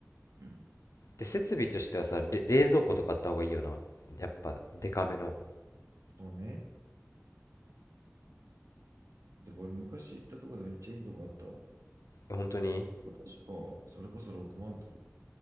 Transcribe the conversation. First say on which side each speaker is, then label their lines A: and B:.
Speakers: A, on the right (about 85°); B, on the left (about 85°).
A: うん。
B: で、設備としてはさ、れ冷蔵庫とかあった方がいいよな。やっぱ、デカめの。
A: そうね。で、これ昔行ったとこでめっちゃいいとこあったわ。
B: え、本当に
A: 確か、それこそ6万とか